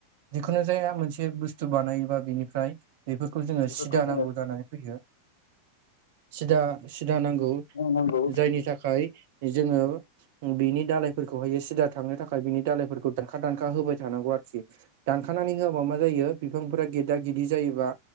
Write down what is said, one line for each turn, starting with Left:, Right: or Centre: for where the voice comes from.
Right: जिखुनु जाया मोनसे बुस्थु बानायोबा बेनिफ्राय बेफोरखौ जोङो
Left: बेफोरखौ
Right: सिदा
Left: जोङो
Right: नांगौ जानानै फैयो सिदा सिदा नांगौ
Left: नांगौ
Right: जायनि थाखाय जोङो बिनि दालायफोरखौहायो सिदा थांनो थाखाय बिनि दालायफोरखौ दानखा दानखा होबाय थानांगौ आरो। आरोखि दानखानानै होआबा मा जायो बिफांफोरा गेदा गेदि जायोबा